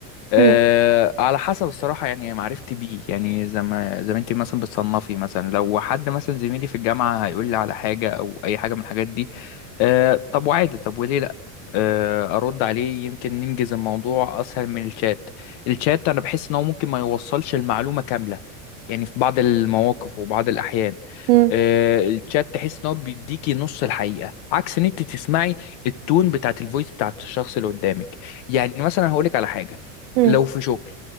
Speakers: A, on the left; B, on the right.
A: أه
B: مم،
A: على حسب الصراحة يعني معرفتي بيه يعني زي ما زي ما انت مثلا بتصنفي مثلا لو حد مثلا زميلي في الجامعة هيقول لي على حاجة أو أي حاجة من الحاجات دي أه طب وعادي طب وليه لأ أه أرد عليه يمكن ننجز الموضوع أسهل من الشات الشات أنا بحس إن هو ممكن ما يوصلش المعلومة كاملة يعني في بعض المواقف وبعض الأحيان
B: مم،
A: أه الشات تحس إن هو بيديكي نص الحقيقة عكس إن أنت تسمعي التون بتاعت الفويس بتاعت الشخص اللي قدامك يعني مثلا هقولك على حاجة
B: مم،
A: لو في شغل